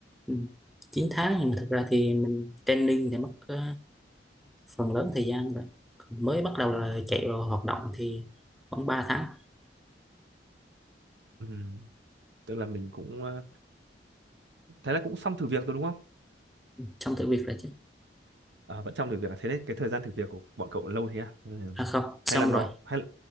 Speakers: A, in the centre; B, on the right.
A: ừ. 9 tháng nhưng mà thật ra thì mình training thì mất ờ, phần lớn thời gian rồi Còn mới bắt đầu là chạy vào hoạt động thì khoảng ba tháng
B: Ừ. Tức là mình cũng ờ, thấy là cũng xong thử việc rồi đúng không?
A: xong thử việc rồi chứ
B: À, vẫn trong thử việc à? thế đấy cái thời gian thử việc của bọn cậu lâu thế à? Ừ.
A: à không
B: Hay
A: xong
B: là nó
A: rồi
B: hay